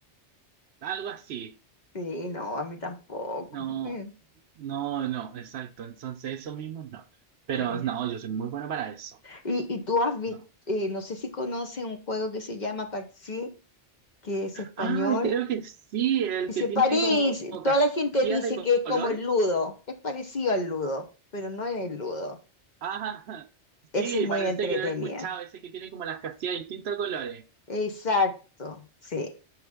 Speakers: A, on the right (about 70°); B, on the left (about 45°).
A: Algo así.
B: Sí, no, a mí tampoco.
A: No,
B: Mm,
A: no, no, exacto. Entonces, eso mismo no. Pero
B: eh.
A: no, yo soy muy bueno para eso.
B: Y, y tú has visto,
A: No.
B: no sé si conoces un juego que se llama Parchís, que es español.
A: Ah, creo que sí, el
B: Dice
A: que tiene
B: París,
A: como
B: toda la gente
A: casillas
B: dice
A: de co-
B: que es
A: colores.
B: como el ludo, es parecido al ludo, pero no es el ludo.
A: Ah,
B: Ese
A: sí,
B: es muy
A: parece
B: entretenida.
A: que no lo he escuchado, ese que tiene como las casillas de distintos colores.
B: Exacto, sí.